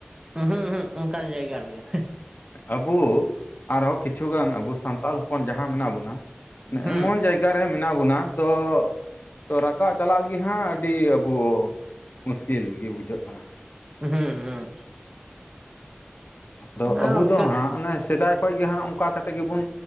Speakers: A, on the right; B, on the left.
A: ᱩᱦᱩᱜ ᱩᱦᱩᱜ ᱚᱱᱠᱟᱱ ᱡᱟᱭᱜᱟ ᱨᱮᱜᱮ,
B: ᱟᱵᱩ ᱟᱨᱦᱚᱸ ᱠᱤᱪᱷᱩᱜᱟᱱ ᱟᱵᱚ ᱥᱟᱱᱛᱟᱲ ᱦᱚᱯᱚᱱ ᱡᱟᱦᱟᱸ ᱢᱮᱱᱟᱜ ᱵᱚᱱᱟ ᱢᱟᱱᱮ
A: ᱦᱩᱸ
B: ᱮᱢᱚᱱ ᱡᱟᱭᱜᱟ ᱨᱮ ᱢᱮᱱᱟᱜ ᱵᱚᱱᱟ ᱫᱚ ᱛᱚ ᱨᱟᱠᱟᱵ ᱪᱟᱞᱟᱜ ᱜᱤ ᱦᱟᱸᱜ ᱟᱹᱰᱤ ᱟᱵᱚ ᱢᱩᱥᱠᱤᱞ ᱜᱮ ᱵᱩᱡᱷᱟᱹᱜ ᱠᱟᱱᱟ᱾
A: ᱦᱩᱸ, ᱦᱩᱸ
B: ᱟᱫᱚ
A: ᱟᱨ
B: ᱟᱵᱚ
A: ᱚᱱᱠᱟ
B: ᱫᱚ ᱦᱟᱸᱜ ᱚᱱᱮ ᱥᱮᱫᱟᱭ ᱠᱷᱚᱡ ᱜᱮ ᱦᱟᱸᱜ ᱚᱱᱠᱟ ᱠᱟᱛᱮ ᱜᱮᱵᱚᱱ